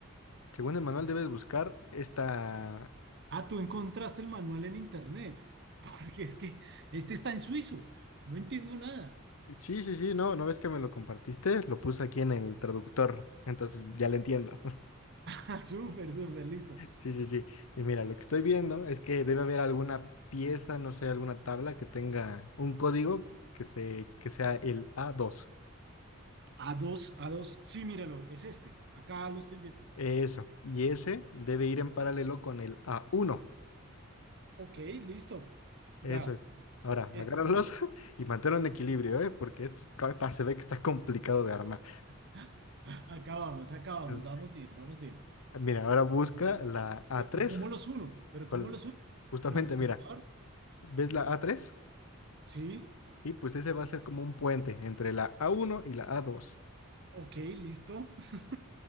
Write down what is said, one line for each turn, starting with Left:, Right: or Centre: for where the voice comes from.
Left: según el manual debes buscar esta...
Right: Ah, tú encontraste el manual en internet, <laughs> porque es que este está en suizo, no entiendo nada. <laughs>
Left: Sí, sí, sí, no, ¿no ves que me lo compartiste? Lo puse aquí en el traductor, entonces ya lo entiendo. <laughs>
Right: Ah, Súper, súper, listo.
Left: Sí, sí, sí. Y mira, lo que estoy viendo es que debe haber alguna pieza, no sé, alguna tabla que tenga un código que se, que sea el a dos
Right: a dos a dos Sí, míralo, es este. Acá lo estoy viendo.
Left: Eso. Y ese debe ir en paralelo con el a uno
Right: Ok, listo. Ya,
Left: Eso es. Ahora,
Right: este
Left: agárralos
Right: con este.
Left: <laughs> y manténlo un equilibrio, ¿eh? Porque esto está- se ve que está complicado de armar.
Right: <laughs> acá vamos acá vamos
Left: El-
Right: vamos bien, vamos bien.
Left: Mira, ahora busca la a
Right: ¿Y
Left: tres
Right: cómo los uno? ¿Pero
Left: con-
Right: cómo los uno?
Left: justamente,
Right: ¿Con el desarmador?
Left: mira, ¿ves la a tres
Right: Sí,
Left: Sí, pues ese va a ser como un puente entre la a uno y la a dos
Right: ok, listo. <laughs>